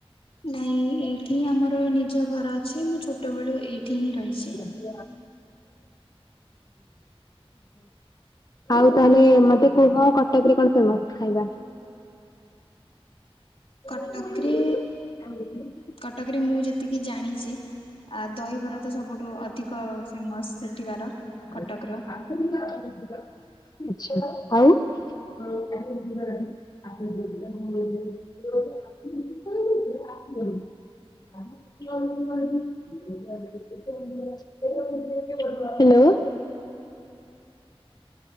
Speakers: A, on the left; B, on the left.
A: ନାଇଁ ଏଇଠି ହିଁ ଆମର ନିଜ ଘର ଅଛି। ମୁଁ ଛୋଟ ବେଳୁ ଏଇଠି ହିଁ ରହିଚି।
B: ଓହୋ। ଆଉ ତାହେଲେ
A: ଆଜ୍ଞା
B: ମତେ କୁହ କଟକରେ କଣ ଫେମ ଖାଇବା? <inaudible>
A: କଟକରେ କଟକରେ ମୁଁ ଯେତିକି ଜାଣିଚି ଆ ଦହିବରା ତ ସବୁଠୁ ଅଧିକ ଫେମସ ସେଠିକାର।
B: ଆଛା
A: କଟକର।
B: ଆଉ? <inaudible> <inaudible> Hello hello